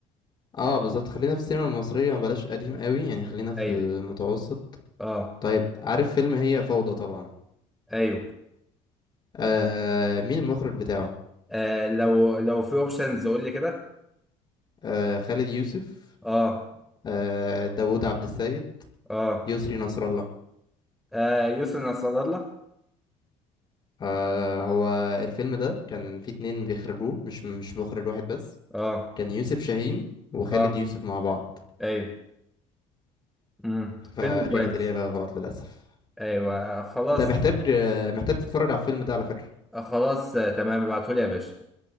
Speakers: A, on the left (about 30°); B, in the centre.
A: اه بالظبط خلينا في السينما المصرية بلاش قديم قوي يعني خلينا في
B: ايوه
A: المتوسط
B: اه
A: طيب عارف فيلم هي فوضى طبعا
B: ايوه
A: آه مين المخرج بتاعه
B: آه لو لو في اوبشنز قول لي كده
A: آه خالد يوسف
B: اه
A: آه داوود عبد السيد
B: اه
A: يسري نصر الله
B: آه، يسرا نصر الله
A: آه هو الفيلم ده كان فيه اتنين بيخرجوه مش مش مخرج واحد بس
B: اه
A: كان يوسف شاهين وخالد
B: اه
A: يوسف مع بعض
B: ايوه امم
A: فكانت
B: فيلم كويس
A: الإجابة غلط للأسف
B: ايوه آه، خلاص
A: انت محتاج آه، محتاج تتفرج على الفيلم ده على فكرة
B: آه، خلاص آه، تمام ابعتهولي يا باشا